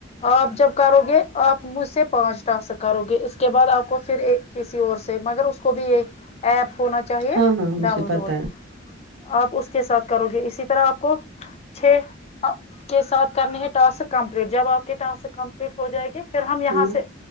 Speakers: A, on the left; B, on the right.
A: آپ جب کرو گے آپ مجھ سے پانچ ٹا س کرو گے اس کے بعد آپ کو پھر کسی اور سے مگر اس کو بھی ایک ایپ ہونا چاہیے
B: ہاں ہاں مجھے
A: ڈاؤن
B: پتا
A: لوڈ
B: ہے
A: آپ اس کے ساتھ کرو گے اسی طرح آپ کو چھ پ کے ساتھ کرنے ہے ٹاسک کمپلیٹ جب آپ کے ٹاسک کمپلیٹ ہو جائے گی پھر ہم یہاں
B: ہ
A: سے